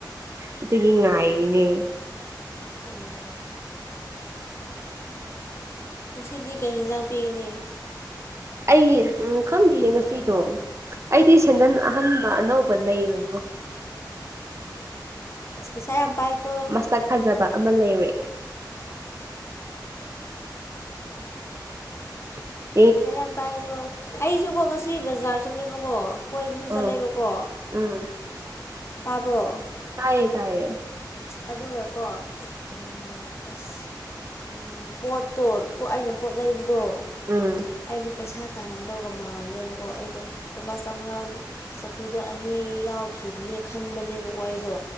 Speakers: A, on the right; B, on the left.
A: ꯑꯗꯨꯒꯤ ꯉꯥꯏꯔꯤꯅꯦ꯫
B: ꯎꯝ꯫ ꯉꯁꯤꯗꯤ ꯀꯩ ꯏꯟꯖꯥꯡ ꯄꯤꯒꯅꯤ꯫
A: ꯑꯩ ꯎꯝ ꯈꯪꯗꯤꯌꯦ ꯉꯁꯤꯗꯣ꯫ ꯑꯩꯗꯤ ꯁꯦꯟꯗꯟ ꯑꯍꯟꯕ ꯑꯅꯧꯕ ꯂꯩꯔꯦꯉꯣ꯫
B: ꯑꯁ ꯄꯩꯁꯥ ꯌꯥꯝ ꯄꯥꯏꯀꯣ
A: ꯃꯁꯛ ꯐꯖꯕ ꯑꯃꯥ ꯂꯩꯔꯦ꯫ <inaudible>
B: ꯄꯩꯁꯥ ꯌꯥꯝ ꯄꯥꯏꯀꯣ ꯑꯩꯁꯨꯀꯣ ꯉꯁꯤ ꯕꯖꯥꯔ ꯆꯠꯂꯦꯕꯀꯣ ꯀꯣꯏꯕꯁꯨ ꯆꯠꯂꯦꯕꯀꯣ
A: ꯎꯝ ꯎꯝ
B: ꯇꯥꯕ꯭ꯔꯣ꯫
A: ꯇꯥꯏꯌꯦ ꯇꯥꯏꯌꯦ꯫
B: ꯑꯗꯨꯒꯀꯣ ꯎꯝ꯫ ꯑꯁ ꯎꯪ ꯄꯣꯠꯇꯣ ꯄꯣꯠ ꯑꯩꯅ ꯄꯣꯠ ꯂꯩꯕꯗꯣ꯫
A: ꯎꯝ꯫
B: ꯑꯩꯗꯣ ꯄꯩꯁꯥ ꯇꯥꯔꯝꯗꯧꯒ ꯃꯥꯜꯂꯦꯕꯀꯣ ꯑꯩꯗꯣ ꯂꯨꯄꯥ ꯆꯧꯉꯥꯡ ꯆꯄꯤꯗꯣ ꯑꯅꯤ ꯌꯥꯎꯈꯤꯕꯅꯦ ꯈꯟꯕꯅꯦꯕꯀꯣ ꯑꯩꯗꯣ꯫